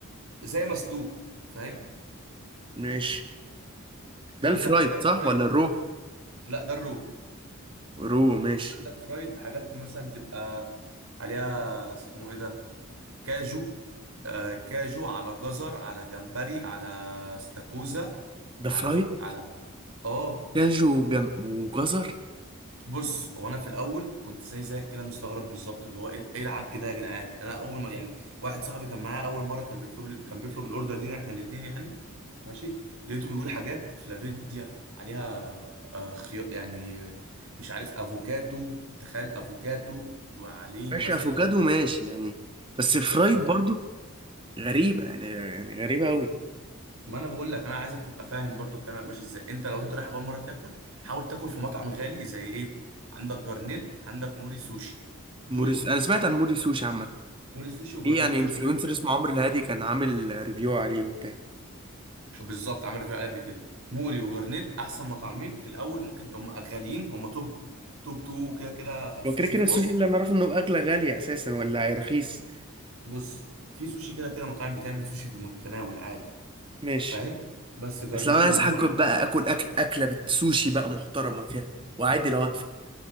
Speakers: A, on the right; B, on the right.
A: زي مسلوق فاهم
B: ماشي ده
A: عندك
B: الفرايد
A: حاجات
B: صح
A: فرايد
B: ولا الرو
A: لا ده الرو
B: رو ماشي
A: عندك فرايد حاجات مثلا تبقى عليها اسمه ايه ده كاجو آه كاجو على جزر على جمبري على استاكوزا
B: ده
A: على
B: فرايد
A: مك... على اه
B: كاجو وجم... وجزر
A: بص هو انا في الاول كنت زي زيك كده مستغرب بالظبط اللي هو ايه إيه العك ده يا جدعان انا اول ما يعني واحد صاحبي كان معايا اول مره كان بيطلب كان بيطلب الاوردر لينا احنا الاثنين يعني ماشي لقيته بيقول حاجات فلافيديا عليها آه خيار يعني مش عارف افوكاتو تخيل افوكاتو وعليه
B: ماشي
A: مثلا
B: افوكادو ماشي يعني بس فرايد
A: طب
B: برضو غريبه يعني يعني غريبه قوي
A: ما انا بقول لك انا عايزك تبقى فاهم برضو الكلام ماشي ازاي انت لو انت رايح اول مره تاكل حاول تاكل في مطعم غالي زي ايه عندك جرنيل عندك موري سوشي دول
B: موريس انا سمعت عن موري سوشي عامه
A: موري سوشي وجرنيل
B: في يعني
A: دول
B: انفلونسر
A: احسن
B: اسمه عمرو الهادي كان عامل ريفيو عليه وبتاع
A: بالظبط عملت ريفيو عليه قبل كده موري وجرنيل احسن مطعمين في الاول ممكن هم غاليين هم توب توب تو كده كده سوشي
B: هو كده كده
A: في
B: السوشي
A: مصر
B: اللي انا اعرفه انه اغلى غاليه اساسا ولا رخيص
A: بص في سوشي كده كده مطاعم بتعمل سوشي في المتناول عادي
B: ماشي
A: فاهم بس جرنيل
B: بس لو انا عايز
A: وموري
B: حاجه بقى اكل اكل اكله بالسوشي بقى محترمه كده وعادي لو ادفع